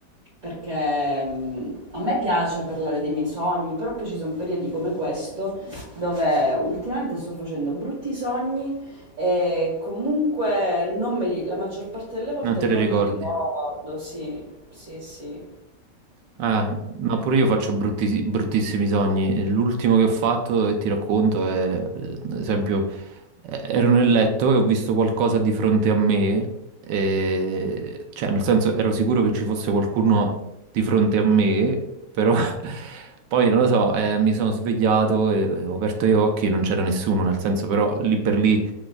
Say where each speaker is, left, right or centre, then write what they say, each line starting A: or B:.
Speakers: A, on the right (about 50°); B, on the right (about 85°).
A: perché mh, a me piace parlare dei miei sogni, però poi ci sono periodi come questo dove ultimamente sto facendo brutti sogni e comunque non me li, la maggior parte delle volte
B: non te
A: non
B: le ricordi.
A: li ricordo, sì, sì, sì.
B: Ah, ma pure io faccio brutti- bruttissimi sogni. E L'ultimo che ho fatto, e ti racconto, è, ad esempio, eh, ero nel letto e ho visto qualcosa di fronte a me, e- cioè, nel senso, ero sicuro che ci fosse qualcuno di fronte a me, però <laughs> poi, non lo so, eh, mi sono svegliato e e ho aperto gli occhi e non c'era nessuno, nel senso, però lì per lì